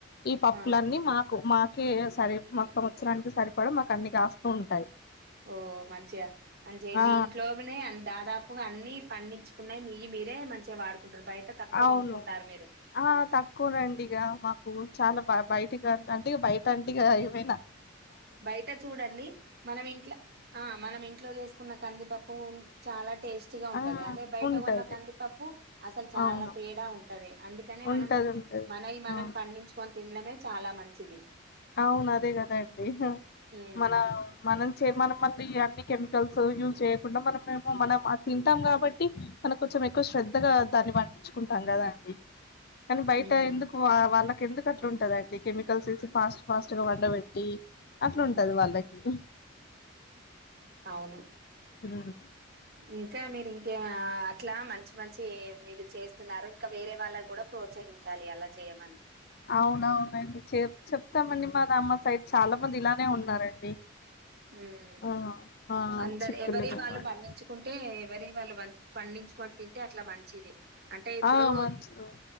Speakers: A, on the left; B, on the right.
A: ఈ పప్పులన్నీ
B: ఆ
A: మాకు మాకే సరే మా సంవత్సరానికి సరిపడ మాకు అన్ని కాస్తూ ఉంటాయి
B: ఓ మంచిగా అంటే
A: ఆ
B: మీ ఇంట్లోనే దాదాపుగా అన్ని పండించుకున్నాయి మీయి మీరే మంచిగా వాడు తక్కువ
A: అవును
B: కోనుకుంటారు మీరు
A: ఆ తక్కువనండి ఇక మాకు చాలా బ బయట అంటే బయట దండిగా ఎవయినా
B: బయట చూడండి మనం ఇంట్లో ఆ మనం ఇంట్లో చేసుకున్న కందిపప్పు చాలా టేస్టీగా ఉంటది
A: ఆ
B: అదే బయట
A: ఉంటది
B: కోన్న కందిపప్పు అసలు చాలా
A: అవును
B: తేడా ఉంటది అందుకనే
A: ఉంటది
B: మనం
A: ఉంటది
B: మనయి మనం
A: అవును
B: పండించుకొని తినడమే చాలా మంచిది
A: అవును అదే కదా అండి
B: ఉమ్
A: మన మనం చెమల మందు ఇయన్ని కెమికల్స్ యూజ్ చేయకుండా మన మేమో మనం తింటాం కాబట్టి మనకు కోంచెం ఎక్కువ శ్రద్ధగా దాన్ని పండించుకుంటాం కదా అండి కానీ బయట
B: ఉమ్
A: ఎందుకు వాళ్ళకి ఎందుకు అట్లా ఉంటదండి కెమికల్స్ వేసి ఫాస్ట్ ఫాస్ట్ గా పండబెట్టి అట్లా ఉంటది వాళ్ళకి
B: అవును
A: ఉమ్
B: ఇంకా మీరు ఇంకే అట్లా మంచి మంచి మీరు చేస్తున్నారు ఇంకా వేరే వాళ్ళకి కూడా ప్రోత్సహి హించాలి అలా చేయ్యమని
A: అవునవునండి చె చెప్తామండి మా అమ్మ సైడ్ చాలా మంది ఇలానే ఉన్నారండి
B: ఉమ్
A: ఆ ఆ
B: అందరి
A: చిక్కుళ్ళు
B: ఎవరి
A: కావాలి
B: వాళ్ళు పండించుకుంటే ఎవరి వాళ్ళు వంచ్ పండించ్కోన్ తింటే అట్లా మంచిది అంటే ఇప్పుడు
A: ఆ మంచిది